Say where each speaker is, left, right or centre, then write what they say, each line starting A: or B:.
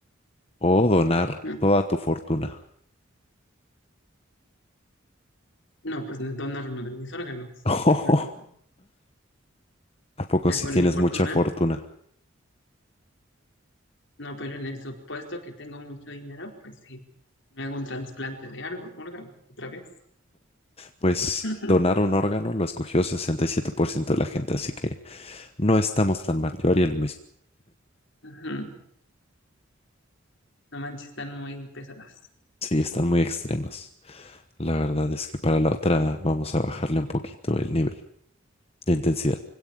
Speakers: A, on the left; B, on the left.
A: o donar
B: No,
A: toda tu fortuna?
B: no, pues no es donar uno de mis órganos,
A: <laughs>
B: la verdad.
A: ¿A poco
B: Ya
A: si
B: con
A: tienes
B: mi fortuna.
A: mucha fortuna?
B: No, pero en el supuesto que tengo mucho dinero, pues sí, me hago un trasplante de algo, órgano, otra vez.
A: Pues
B: <laughs>
A: donar un órgano lo escogió 67% de la gente, así que no estamos tan mal. Yo haría lo mismo.
B: Ujú. No manches, están muy pesadas.
A: Sí, están muy extremas. La verdad es que para la otra vamos a bajarle un poquito el nivel de intensidad.